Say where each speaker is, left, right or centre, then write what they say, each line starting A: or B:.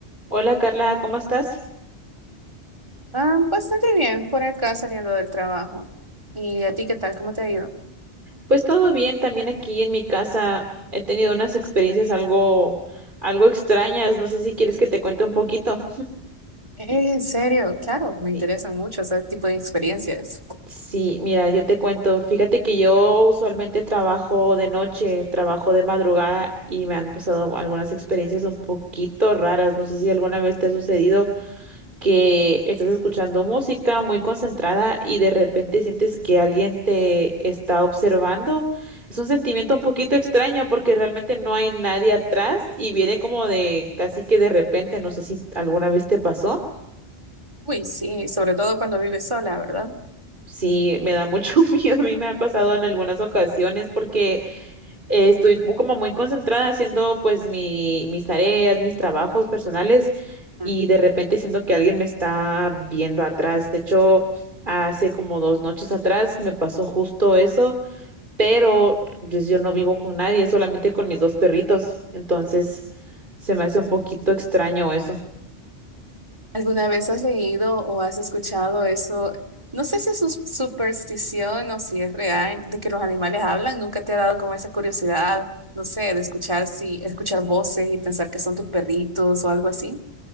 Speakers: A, on the right (about 45°); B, on the right (about 25°).
A: Hola Carla, ¿cómo estás?
B: Ah, bastante bien, por acá saliendo del trabajo. ¿Y a ti qué tal? ¿Cómo te ha ido?
A: Pues todo bien, también aquí en mi casa he tenido unas experiencias algo, algo extrañas, no sé si quieres que te cuente un poquito.
B: Eh, En serio, claro, me interesan
A: Sí,
B: mucho ese tipo de experiencias.
A: sí, mira, yo te cuento, fíjate que yo usualmente trabajo de noche, trabajo de madrugada y me han pasado algunas experiencias un poquito raras, no sé si alguna vez te ha sucedido que estás escuchando música muy concentrada y de repente sientes que alguien te está observando. Es un sentimiento un poquito extraño porque realmente no hay nadie atrás y viene como de casi que de repente, no sé si alguna vez te pasó.
B: Uy, sí, sobre todo cuando vives sola, ¿verdad?
A: Sí, me da mucho <laughs> miedo, a mí me ha pasado en algunas ocasiones porque eh, estoy mu- como muy concentrada haciendo pues mi, mis tareas, mis trabajos personales
B: Ujú.
A: y de repente siento que alguien me está viendo atrás. De hecho, hace como dos noches atrás me pasó justo eso, pero pues, yo no vivo con nadie, solamente con mis dos perritos. Entonces se me hace un poquito extraño eso.
B: ¿Alguna vez has leído o has escuchado eso? No sé si es sus- superstición o si es real de que los animales hablan. ¿Nunca te ha dado como esa curiosidad, no sé, de escuchar si escuchar voces y pensar que son tus perritos o algo así?